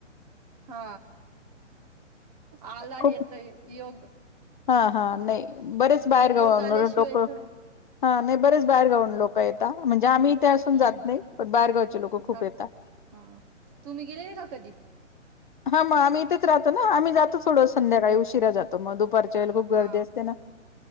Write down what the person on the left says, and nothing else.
खूप
हा हा नाही बरेच बाहेर
गाऊ
लोक हा
नाही बरेच बाहेरगावून
लोक येतात म्हणजे आम्हीथे असून
जात नाही पण बाहेरगावचे लोक खूप
येतात.
हा मग आम्ही इथेच राहो ना आम्ही जातो थोडं संध्याकाळी उशिरा जातो मग दुपारच्या खूप गर्दी
असते ना